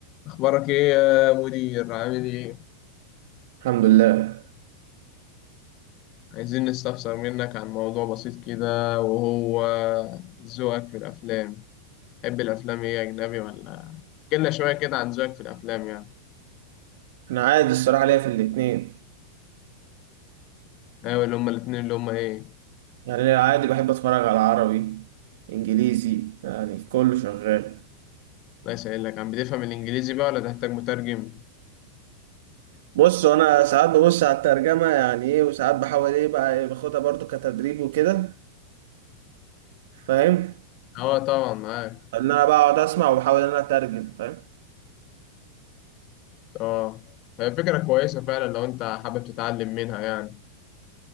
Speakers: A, on the left (about 40°); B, on the right (about 55°).
A: أخبارك إيه يا مدير؟ عامل إيه؟
B: الحمد لله
A: عايزين نستفسر منك عن موضوع بسيط كده وهو ذوقك في الأفلام، تحب الأفلام إيه أجنبي ولا؟ احكيلنا شوية كده عن ذوقك في الأفلام يعني،
B: انا عادي الصراحه ليا في الاتنين
A: أيوة اللي هما الاتنين اللي هما إيه؟
B: يعني أنا عادي بحب اتفرج على عربي انجليزي يعني كله شغال
A: الله يسهلك، عم بتفهم الإنجليزي بقى ولا تحتاج مترجم؟
B: بص انا ساعات ببص على الترجمه يعني ايه وساعات بحاول ايه بقى إيه باخدها برضو كتدريب وكده فاهم
A: أه طبعا معاك،
B: ان انا بقعد اسمع وبحاول ان انا اترجم فاهم
A: أه هي فكرة كويسة فعلا لو أنت حابب تتعلم منها يعني.